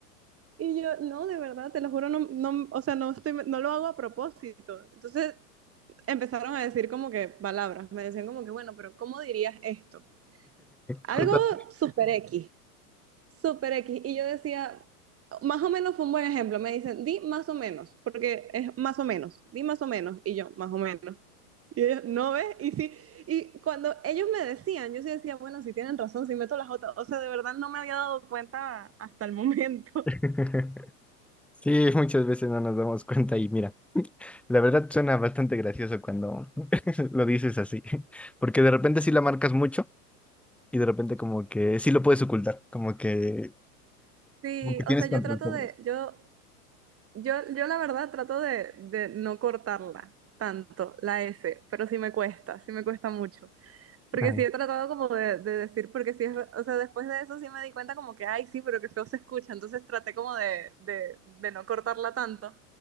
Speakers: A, on the right; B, in the centre.
A: y yo, no, de verdad, te lo juro, no, no, o sea, no estoy, no lo hago a propósito. Entonces empezaron a decir como que palabras, me decían como que, bueno, pero ¿cómo dirías esto? Algo
B: Justo-
A: super X. Súper X. Y yo decía, más o menos fue un buen ejemplo. Me dicen, di más o menos, porque es más o menos, di más o menos. Y yo, más o menos. Y ellos, ¿no ves? Y sí. Y cuando ellos me decían, yo sí decía, bueno, si tienen razón, si meto las otras. O sea, de verdad no me había dado cuenta hasta el momento.
B: <laughs>
A: <laughs>
B: Sí, muchas veces no nos damos cuenta y mira, la verdad suena bastante gracioso cuando <laughs> lo dices así, porque de repente sí la marcas mucho y de repente como que sí lo puedes ocultar, como que,
A: Sí,
B: como que tienes
A: o sea, yo
B: control
A: trato
B: sobre
A: de,
B: eso.
A: yo, yo, yo la verdad trato de, de no cortarla tanto, la S, pero sí me cuesta, sí me cuesta mucho. Porque
B: Ajá.
A: sí he tratado como de, de decir, porque sí es, o sea, después de eso sí me di cuenta como que, ay, sí, pero que feo se escucha, entonces traté como de, de, de no cortarla tanto,